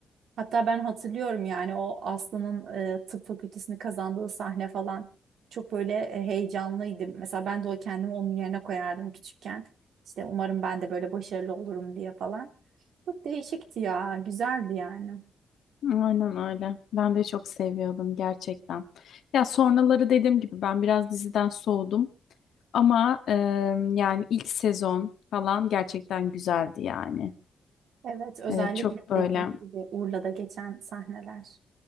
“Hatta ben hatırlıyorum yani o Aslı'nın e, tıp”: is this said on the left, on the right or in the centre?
Right